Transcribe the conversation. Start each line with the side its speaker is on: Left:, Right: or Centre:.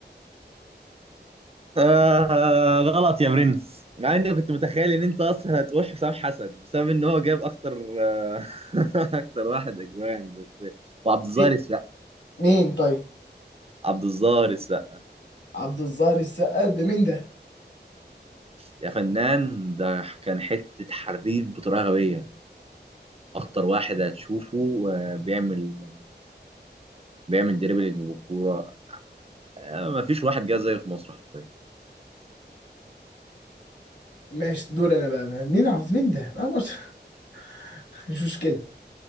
Right: آه غلط يا برنس مع اني كنت متخيل ان انت اصلا هتروح حسام حسن بسبب ان هو جاب اكتر آه، <laughs> اكتر واحد اجوان بس وعبد الظاهر
Left: مي-
Right: السقا
Left: مين طيب
Right: عبد الظاهر السقا
Left: عبد الظاهر السقا ده مين ده
Right: يا فنان ده كان حته حريف بطريقه غبيه اكتر واحد هتشوفه آه، بيعمل بيعمل دريبلينج بالكوره آه، مفيش واحد جه زيه في مصر حرفيا
Left: ماشي دور انا بقى مين عبد مين ده آه، مش <laughs> مش مشكلة